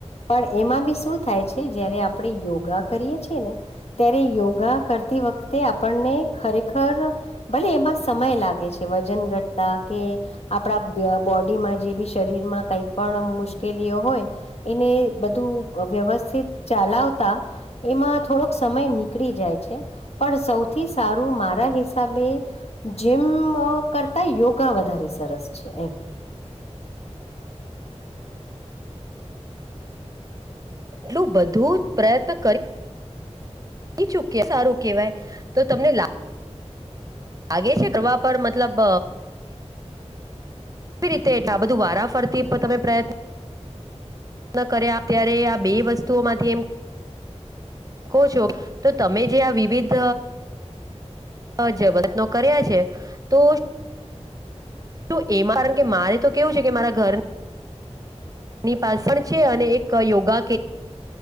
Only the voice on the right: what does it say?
એટલું બધું જ પ્રયત્ન ચૂક સારું કેવાય તો તમને આગે છે કરવા પર મતલબ એ રીતે એટલે આ બધું વારા ફરતી તમે પ્રય તન કર્યા અત્યારે આ બે વસ્તુઓ માંથી એમ કહો છો તો તમે જે આ વિવિધ અ જબરત્નો કર્યા છે તો શું એમાં કારણ કે મારે તો કેવું છે કે મારા ઘર ની પાછ પણ છે અને એક યોગા